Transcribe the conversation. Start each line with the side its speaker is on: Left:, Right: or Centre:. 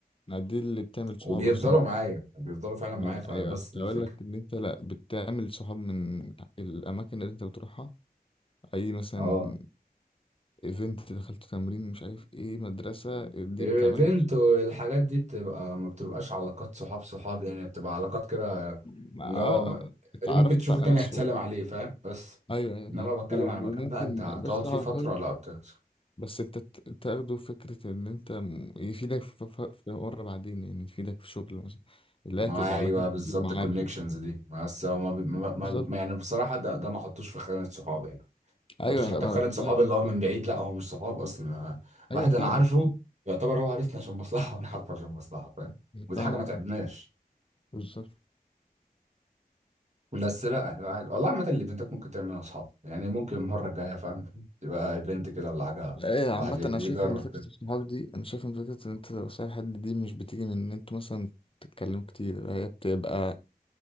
Left: يعني دي اللي بتعمل
Right: وبيفضلوا
Left: صحاب اصلا
Right: معايا بيفضلوا فعلا
Left: ما
Right: معايا فبس
Left: ايوه كنت
Right: دي
Left: اقول
Right: الفكره
Left: لك ان انت لا بتعمل صحاب من الاماكن اللي انت بتروحها اي مثلا
Right: اه
Left: ايفنت دخلت تمرين مش عارف ايه مدرسه دي
Right: الايفنت
Left: بتعمل لك صحاب.
Right: والحاجات دي بتبقى ما بتبقاش علاقات صحاب صحاب يعني بتبقى علاقات كده
Left: ما
Right: اللي
Left: اه
Right: هو ما-
Left: آه، آه، اتعرفت
Right: ممكن تشوفه
Left: على
Right: تاني
Left: ناس
Right: هتسلم
Left: و...
Right: عليه فاهم بس
Left: ايوه ايوه
Right: انما
Left: فاهم.
Right: بتكلم
Left: و-
Right: على مكان
Left: وممكن
Right: بقى انت هتقعد
Left: ما يبقاش صاحبك
Right: فيه فترة
Left: قوي
Right: لا بتخسر
Left: بس انت ت- تاخده فكره ان انت م- يفيدك في, في, في مره بعدين يعني يفيدك في شغل مثلا اللي
Right: ما
Left: هي تبقى
Right: ايوه
Left: علاقتك
Right: بالظبط
Left: ومعارف
Right: الكونكشنز
Left: يعني
Right: دي بس هو ما بي- ما ما-
Left: بالظبط
Right: ما- يعني بصراحة ده, ده ما حطوش في خانة صحاب يعني
Left: ايوه
Right: ما حطوش حتى
Left: لا ما
Right: في خانة
Left: بكلمك
Right: صحاب اللي
Left: إن
Right: هو من
Left: أنت-
Right: بعيد لا هو مش صحاب اصلا أنا-
Left: ايوه
Right: واحد
Left: فاهمك
Right: انا عارفه يعتبر هو عارفني عشان مصلحة <laughs> وانا عارفه عشان مصلحة فاهم ودي
Left: فاهمك
Right: حاجة ما تعبناش
Left: بالظبط
Right: بس لا احنا واحد- والله عامة الايفنتات ممكن تعملها اصحاب يعني ممكن المرة الجاية فاهم تبقى ايفنت كده ولا حاجة
Left: ايه <laughs> عامة
Right: الواحد ي- يجرب
Left: انا شايف ان فكرة
Right: كده
Left: الصحاب دي انا شايف ان فكرة ان انت تبقى صاحب حد دي مش بتيجي من ان انتوا مثلا تتكلموا كتير هي بتبقى